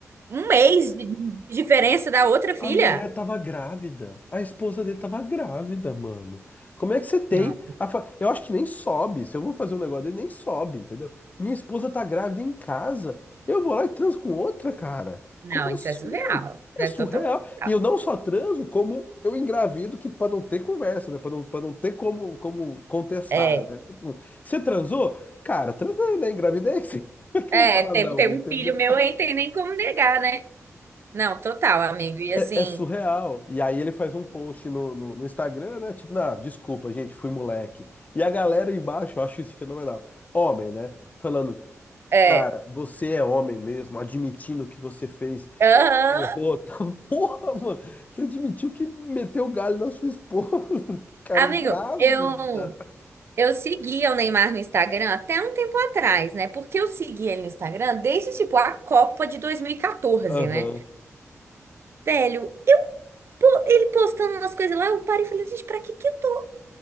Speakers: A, on the right; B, on the left.
A: um mês de de diferença da outra filha.
B: A mulher tava grávida. A esposa dele tava grávida, mano. Como é que você tem?
A: Não,
B: a fa- Eu acho que nem sobe. Se eu vou fazer um negócio dele, nem sobe, entendeu? Minha esposa tá grávida em casa. Eu vou lá e transo com outra, cara.
A: não,
B: Como
A: isso
B: assim?
A: é surreal. Isso
B: É
A: É
B: surreal.
A: totalmente surreal.
B: E eu não só transo, como eu engravido, que pra não ter conversa, né? Pra não, pra não ter como, como contestar,
A: É,
B: né? Tipo, você transou? Cara, transei, né? Engravidei. <laughs> Como é que
A: é,
B: eu vou falar
A: teve,
B: não,
A: teve
B: entendeu?
A: um filho meu aí, tem nem como negar, né? Não, total, amigo. E assim,
B: É, é surreal. E aí ele faz um post no, no, no Instagram, né? Tipo, ah, desculpa, gente, fui moleque. E a galera embaixo, eu acho isso fenomenal. Homem, né? Falando,
A: é,
B: cara, você é homem mesmo, admitindo que você fez,
A: aham.
B: errou, tal. <laughs> Porra, mano, você admitiu que meteu o galho na sua esposa, <laughs> cara,
A: Amigo,
B: grávida.
A: eu, eu seguia o Neymar no Instagram até um tempo atrás, né? Porque eu seguia ele no Instagram desde, tipo, a Copa de 2014,
B: Aham.
A: né? Velho, ele postando umas coisas lá, eu parei e falei, gente, pra que que eu tô,